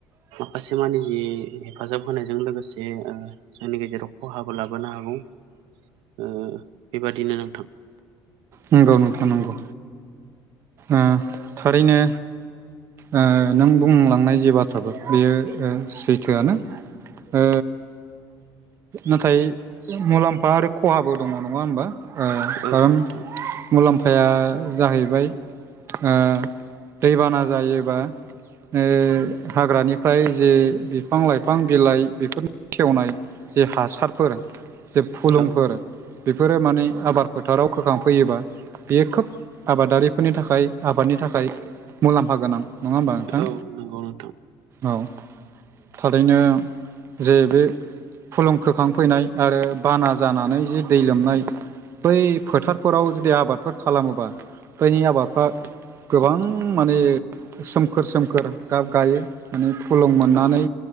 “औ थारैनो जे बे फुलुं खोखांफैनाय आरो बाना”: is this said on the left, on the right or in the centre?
Right